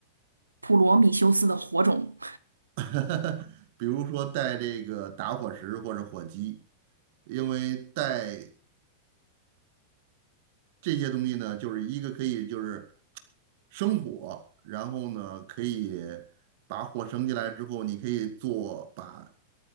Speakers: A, on the right; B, on the right.
A: 普罗米修斯的火种，
B: <laughs> 比如说带这个打火石或者火机，因为带这些东西呢，就是一个可以就是生火，然后呢，可以把火升起来之后，你可以做把